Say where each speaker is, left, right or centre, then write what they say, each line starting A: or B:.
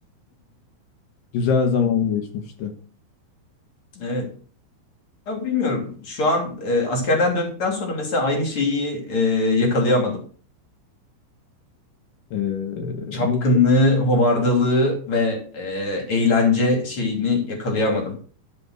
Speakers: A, on the left; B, on the left.
A: Güzel zaman geçmişti.
B: Evet. Ya bilmiyorum. Şu an e, askerden döndükten sonra mesela aynı şeyi e, yakalayamadım.
A: E,
B: Çapkınlığı,
A: ne diyeyim?
B: hovardalığı ve e, eğlence şeyini yakalayamadım.